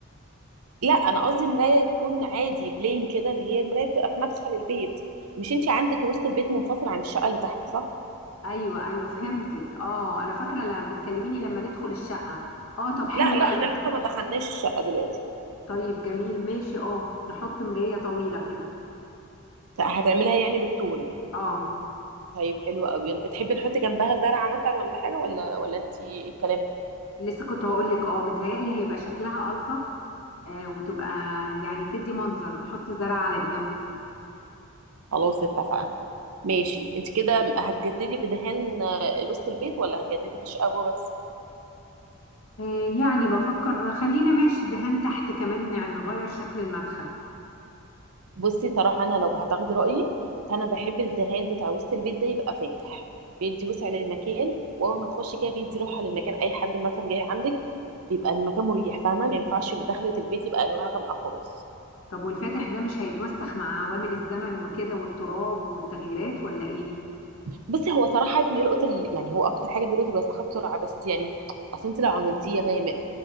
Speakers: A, on the right; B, on the left.
A: لا انا قصدي مرايه تكون عادي بلين كده اللي هي المرايه بتبقى في مدخل البيت مش انت عندك وسط البيت منفصل عن الشقه اللي تحت صح
B: ايوه ايوه فهمتك اه انا فاكرة لما بتكلميني لما ندخل الشقة اه طب حلو
A: لا لا
B: قوي
A: احنا لسه ما دخلناش الشقه دلوقتي
B: طيب جميل ماشي اه نحط مراية طويلة كده
A: هتعملها يعني بالطول
B: اه
A: طيب حلو قوي تحبي نحط جنبها زرعه مثلا ولا حاجه ولا ولا انت ايه الكلام
B: لسه كنت هقول لك اه متهيألي هيبقى شكلها ألطف آه وتبقى يعني تدي منظر نحط زرع على الجنب كده
A: خلاص اتفقنا ماشي انت كده هتجددي في دهان آه، وسط البيت ولا هتجددي في الشقه جوه بس
B: آه يعني بفكر خلينا ماشي دهان تحت كمان نغير شكل المدخل
A: بصي صراحه انا لو هتاخدي رايي فانا بحب الدهان بتاع وسط البيت ده يبقى فاتح بيدي وسع للمكان واول ما تخشي كده بيدي راحه للمكان اي حد مثلا جاي عندك يبقى المكان مريح فاهمه ما ينفعش دخلة البيت يبقى الوانها غامقه خالص
B: طب والفاتح ده مش هيتوسخ مع عوامل الزمن وكده والتراب والتغييرات ولا ايه
A: بصي هو صراحه بيلقط ال... يعني هو اكتر حاجه بيلقط الوساخه بسرعه بس يعني اصل انت لو عملتيه غامق